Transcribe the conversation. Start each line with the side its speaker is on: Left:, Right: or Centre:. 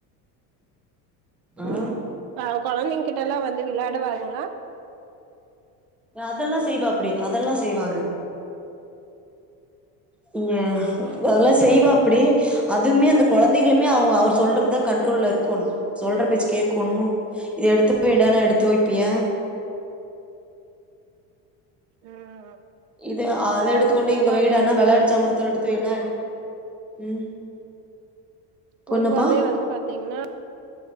Centre: ஆ
Right: ம் அ கொழந்தங் கிட்டல்லா வந்து விளாடுவாங்களா
Centre: அதெல்லா செய்வா அப்டி அதெல்லா செ செய்வாரு <unintelligible>
Right: சேரி
Centre: அதெல்லா
Right: சேரிங்க
Centre: செய்வா அப்டி அதுமே அந்த கொழந்தைகளுமே அவங் அவர் சொல்றதுதா கண்ட்ரோல்ல இருக்கோணு சொல்ற பேச்சு கேக்கொணு இத எடுத்துவைடானா எடுத்து வெப்பியா
Right: ம்
Centre: இது அத
Right: அதுதாங்க
Centre: எடுத்துக்கொண்டு
Right: பொதுவாவே
Centre: இங்க வைடானா
Right: வந்து
Centre: வெளயாட்டு ஜாமன்தா எடுத்துவைடானா ம் பொண்ணுப்பா
Right: பொதுவாவே வந்து பாத்தீங்கன்னா